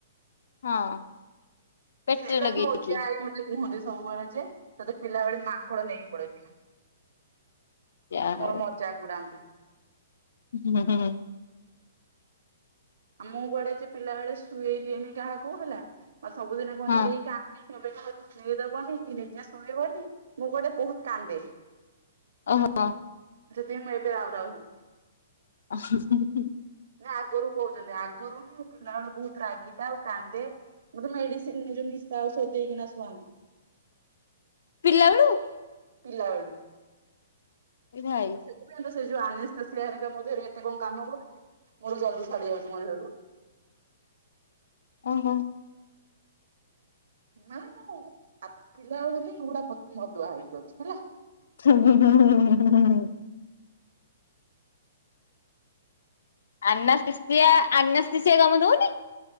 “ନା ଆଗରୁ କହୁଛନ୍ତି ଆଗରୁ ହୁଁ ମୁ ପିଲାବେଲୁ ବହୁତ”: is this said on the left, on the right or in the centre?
Right